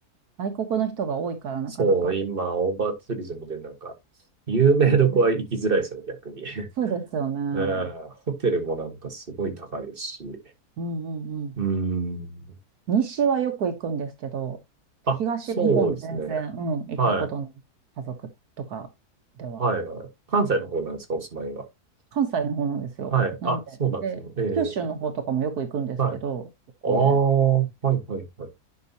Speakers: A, on the right; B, on the right.
A: 外国の人が多いからなかなか。
B: そう、今、オーバーツーリズムでなんか、有名どこは行きづらいですよね、
A: ね
B: 逆に。<laughs>
A: そうですよね。
B: うんホテルもなんかすごい高いですし。
A: うんうんうん。
B: うん。
A: 西はよく行くんですけど、
B: あ、
A: 東日本全然、
B: そうですね。
A: うん、行ったことの家族とかでは。
B: はい。はい、はい。関西の方なんですか、お住まいが。
A: 関西の方なんですよ。
B: はい。
A: なんで、
B: あ、そうなんですね。
A: で、
B: ええ。
A: 九州の方とかもよく行くんですけど、
B: はい。ああ、
A: ここで。
B: はい、はい、はい。